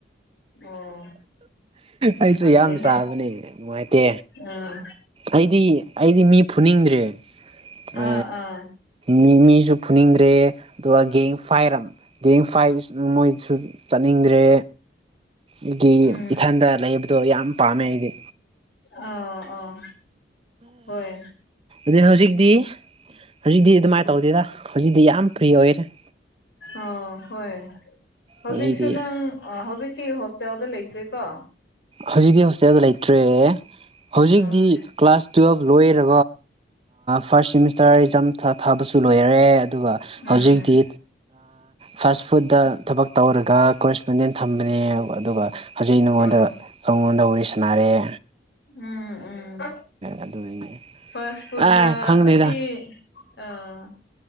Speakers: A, on the left (about 75°); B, on the right (about 30°).
A: ꯑꯣ ꯅꯨꯡꯉꯥꯏꯇꯦꯍꯦ
B: ꯑꯩꯁꯨ ꯌꯥꯝ ꯆꯥꯕꯅꯦ ꯅꯨꯡꯉꯥꯏꯇꯦ
A: ꯑꯥ
B: ꯑꯩꯗꯤ ꯑꯩꯗꯤ ꯃꯤ ꯐꯨꯅꯤꯡꯗ꯭ꯔꯦ ꯑ
A: ꯑꯥ ꯑꯥ
B: ꯃꯤ ꯃꯤꯁꯨ ꯐꯨꯅꯤꯡꯗ꯭ꯔꯦ ꯑꯗꯨꯒ ꯐꯥꯏꯔꯝ ꯐꯥꯏ ꯃꯣꯏꯁꯨ ꯆꯠꯅꯤꯡꯗ꯭ꯔꯦ ꯑꯗꯒꯤ
A: ꯎꯝ
B: ꯏꯊꯟꯗ ꯂꯩ ꯑꯗꯨꯣ ꯌꯥꯝ ꯄꯥꯝꯃꯦ ꯏꯗꯤ
A: ꯑ ꯑꯥ ꯍꯣꯏ
B: ꯑꯗꯨ ꯍꯧꯖꯤꯛꯇꯤ ꯍꯧꯖꯤꯛꯇꯤ ꯑꯗꯨꯃꯥꯏꯅ ꯇꯧꯗꯦꯗ ꯍꯧꯖꯤꯛꯇꯤ ꯌꯥꯝ ꯐ꯭ꯔꯤ ꯑꯣꯏꯔꯦ
A: ꯑꯣ ꯍꯣꯏ ꯍꯧꯖꯤꯛꯁꯨ
B: ꯍꯧꯖꯤꯛꯇꯤ
A: ꯅꯪ ꯍꯧꯖꯤꯛ ꯔ ꯍꯁ ꯌꯥꯎꯗ ꯂꯩꯇ꯭ꯦ ꯀꯣ
B: ꯍꯧꯖꯤꯛꯇꯤ ꯍꯣꯁꯇꯦꯜꯗ ꯂꯩꯇ꯭ꯔꯦ ꯍꯧꯖꯤꯛꯇꯤ
A: ꯎꯝ
B: ꯀ꯭ꯂꯥꯁ ꯇꯨꯋꯦꯜꯕ ꯂꯣꯏꯔꯦ ꯐꯥꯔꯁꯇꯔꯥꯝ ꯊꯥꯕꯁꯨ ꯂꯣꯏꯔꯦ ꯑꯗꯨꯒ
A: ꯎꯝ
B: ꯍꯧꯖꯤꯛꯇꯤ ꯐꯥꯁ ꯐꯨꯗꯇ ꯊꯕꯛ ꯇꯧꯔꯒ ꯀꯣꯔꯦꯁꯄꯣꯟꯗꯦꯟ ꯊꯝꯕꯅꯤ ꯑꯗꯨꯒ ꯍꯧꯖꯤꯛ ꯅꯉꯣꯟꯗ
A: ꯑꯣ
B: ꯑꯩꯉꯣꯟꯗ ꯋꯥꯔꯤ ꯁꯥꯟꯅꯔꯑꯦ
A: ꯎꯝ ꯎꯝ
B: ꯑꯗꯨꯅꯤꯅꯦ
A: ꯐꯥꯁ ꯐꯨꯗ
B: ꯑꯦ ꯈꯪꯗꯦꯗ
A: ꯑꯁꯤꯁꯤ ꯑꯥ